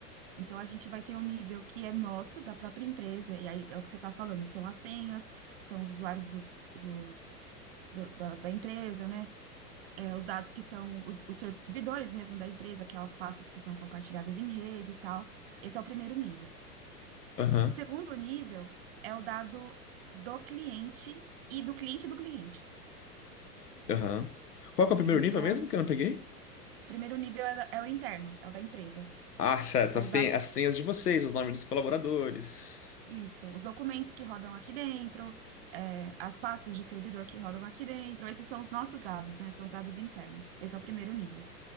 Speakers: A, on the right (about 40°); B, on the left (about 75°).
A: Então, a gente vai ter o nível que é nosso, da própria empresa, e aí é o que você está falando, são as senhas, são os usuários dos, dos, do- da, da empresa, né? É, os dados que são os, os servidores mesmo da empresa, aquelas pastas que são compartilhadas em rede e tal. Esse é o primeiro nível.
B: Aham,
A: O segundo nível é o dado do cliente e do cliente do cliente.
B: aham. Qual que é o primeiro
A: Então,
B: nível mesmo que eu não peguei?
A: o primeiro nível é, da- é o interno, é o da empresa.
B: Ah, certo.
A: São
B: As
A: os
B: sen-
A: dados,
B: as senhas de vocês, os nomes dos colaboradores.
A: isso, os documentos que rodam aqui dentro, é, as pastas de servidor que rodam aqui dentro. Esses são os nossos dados, né? São os dados internos. Esse é o primeiro nível.